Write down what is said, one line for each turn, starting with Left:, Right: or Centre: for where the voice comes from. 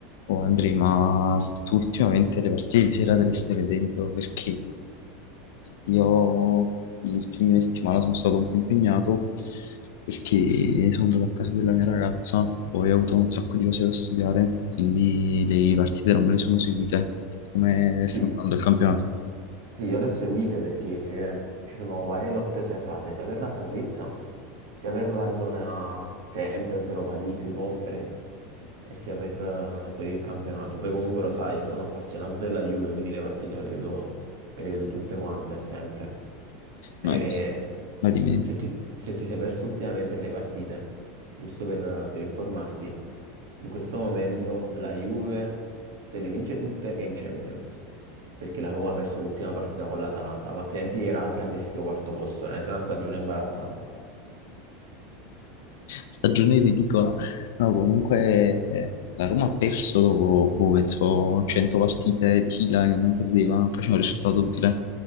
Left: Oh Andrea, ma tu ultimamente le partite di sera te le stai vedendo perché io le ultime settimane sono stato un po' impegnato perché sono andato a casa della mia ragazza, poi ho avuto un sacco di cose da studiare, quindi le partite non me le sono seguite. Come
Right: Sì,
Left: sta andando il campionato?
Right: sì, io le ho seguite perché c'è- ci sono varie lotte serrate, sia per la salvezza, sia per la zona Champions, Europa League, Conference e sia per, eh, per il campionato. Poi comunque lo sai, io sono appassionato della Juve, quindi le partite me le vedo, me le vedo tutte quante, sempre. E
Left: No, ma dimmi. dimmi.
Right: se ti, se ti sei perso ultimamente le partite, giusto per, per informarti, in questo momento la Juve, se le vince tutte, è in Champions. perché la Roma ha perso l'ultima partita con l'Atalanta, ma altrimenti era anche a rischio quarto posto, veramente una stagione imbarazzante.
Left: Stagione ridicola. No, comunque eh, la Roma ha perso dopo, boh, penso, 100 partite di fila che non perdeva, non faceva un risultato utile.